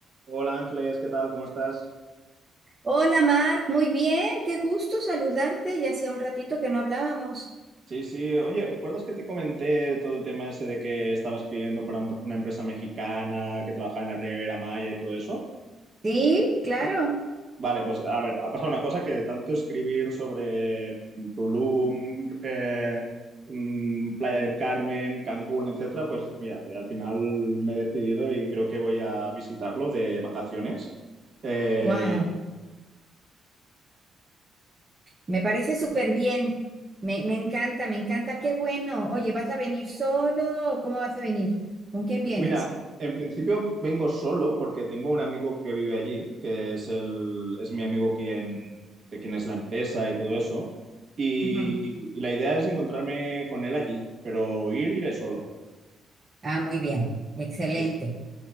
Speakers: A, on the right (about 50°); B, on the right (about 25°).
A: Hola Ángeles, ¿qué tal? ¿Cómo estás?
B: Hola Marc, muy bien, qué gusto saludarte, ya hacía un ratito que no hablábamos.
A: Sí, sí. Oye, ¿recuerdas que te comenté todo el tema ese de que estaba escribiendo para un- una empresa mexicana que trabajaba en la Riviera Maya y todo eso?
B: Sí, claro.
A: Vale, pues a ver, ha pasado una cosa que de tanto escribir sobre Tulum, eh, mm, Playa del Carmen, Cancún, etcétera, pues mira, que al final me he decidido y creo que voy a visitarlo de vacaciones. Eh,
B: Wow, me parece súper bien. Me, me encanta, me encanta, qué bueno. Oye, ¿vas a venir solo o cómo vas a venir? ¿Con quién
A: Pues
B: vienes?
A: mira, en principio vengo solo porque tengo un amigo que vive allí, que es el, es mi amigo quien, de quien es la empresa y todo eso. Y,
B: Ujú.
A: y la idea es encontrarme con él allí, pero ir, iré solo.
B: Ah, muy bien, excelente.
A: Sí, sí.